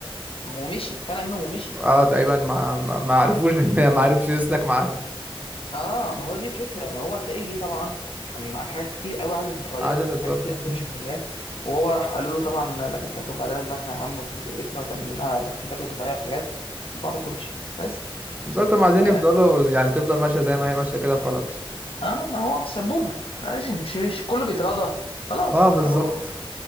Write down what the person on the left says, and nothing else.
ومشي اتخانق منهم ومشي
اه ما هو دي فكرة ما هو هتلاقيه جه طبعا كان على حاجات كتير قوي عايزة تتغير
حاجات كتير قوي
مش عاجباه وهو راح قالوا له طبعا قال لك انت هتوجع لنا دماغنا يا عم وتيجي تقرفنا وتعمل لنا حاجات وتغير حاجات وبعض كلش بس
ف
اه ما هو سبوبة ماشي مش مش كله بيتراضى خلاص
اه